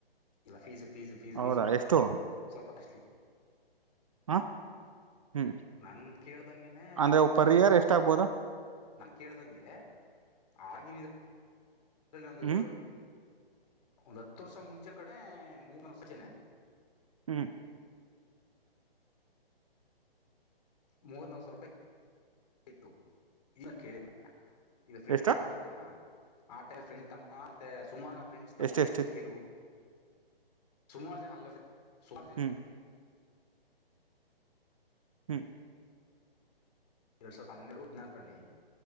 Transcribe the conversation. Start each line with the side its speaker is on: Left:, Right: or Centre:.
Left: ಇಲ್ಲ ಫೀಸ್ ಫೀಸ್ ಫೀಸ್
Right: ಹೌದಾ
Left: ೀಸು
Right: ಎಷ್ಟು
Left: ಸ್ವಲ್ಪ ಕಲಿ
Right: ಹ ಹ್ಮ್
Left: ನನ್ ಕೇಳ್ದಂಗೆನೆ
Right: ಅಂದ್ರೆ ಪರ್ ಇಯರ್ ಎಷ್ಟ ಆಗ್ಬೋದು
Left: ನನ್ ಕೇಳ್ದಂಗೆ ಆಗಿನ ಒಂದು
Right: ಹ್ಮ್
Left: ಒಂದ್ ಹತ್ತು ವರ್ಷ ಮುಂಚೆ ಕಡೆ ಮೂ ವರ್ಷಚನೆ
Right: ಹ್ಮ್
Left: ಮೂರ್ ನವ ಸಾವರ ರೂಪಾಯಿ ಆಯತು ಇನ್ನ ಕೇಳಮೆ ಈಗ ಫ್ರೆಂಡ್
Right: ಎಷ್ಟ
Left: ತಮ್ಮ ಅಂತ ಹೇಳಲ್ಲ ಆಟೈಮ್ ಫ್ರೆಂಡ್ ತಮ್ಮ ಮತ್ತೆ ಸುಮಾರು ಫ್ರೆಂಡ್ಸ್ ತಮ್ಮಂದರು
Right: ಎಷ್ಟ ಎಷ್ಟಿತ್ತು
Left: ತಂಗಿರು ಸುಮಾರು ಜನ ಅಲ್ಲ ಸುಮಾರು ಜನ
Right: ಹ್ಮ್ ಹ್ಮ್
Left: ಎರಡ್ ಸಾವಿರದ ಹನ್ನೆರಡು ಹದ್ನಾಲ್ಕರಲ್ಲಿ